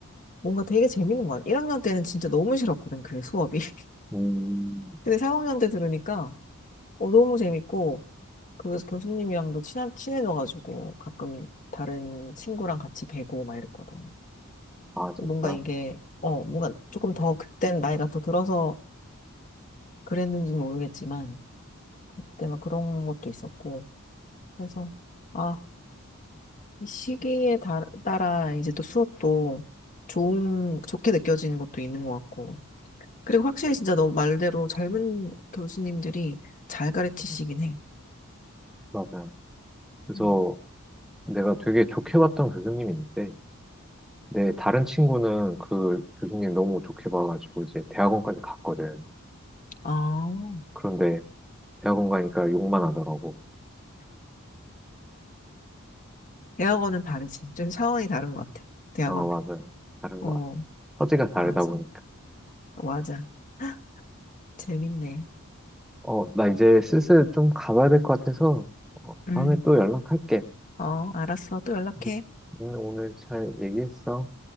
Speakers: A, on the left (about 40°); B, in the centre.
A: 뭔가 되게 재밌는 것 같아요. 1학년 때는 진짜 너무 싫었거든, 그 수업이. <laughs>
B: 음,
A: 근데 삼학년 때 들으니까 어, 너무 재밌고 그 교수님이랑도 친한, 친해져가지고 가끔 다른 친구랑 같이 뵈고 막 이랬거든요.
B: 아, 진짜?
A: 뭔가 이게, 어, 뭔가 조금 더 그땐 나이가 더 들어서 그랬는지는 모르겠지만 그때 막 그런 것도 있었고 그래서, 아, 이 시기에 다- 따라 이제 또 수업도 좋은, 좋게 느껴지는 것도 있는 것 같고. 그리고 확실히 진짜 너 말대로 젊은 교수님들이 잘 가르치시긴 해.
B: 맞아. 그래서
A: 음.
B: 내가 되게 좋게 봤던 교수님이 있는데, 내 다른 친구는 그 교수님 너무 좋게 봐가지고 이제 대학원까지 갔거든.
A: 아,
B: 그런데 대학원 가니까 욕만 하더라고.
A: 대학원은 다르지. 좀 차원이 다른 것 같아. 대학원.
B: 어, 맞아요. 다른
A: 어,
B: 것 같아요. 서지가 다르다
A: 맞아.
B: 보니까.
A: 맞아. <gasps> 재밌네.
B: 어, 나 이제 슬슬 좀 가봐야 될 것 같아서, 어,
A: 음,
B: 다음에 또 연락할게.
A: 어, 알았어. 또 연락해.
B: 응, 응, 오늘 잘 얘기했어.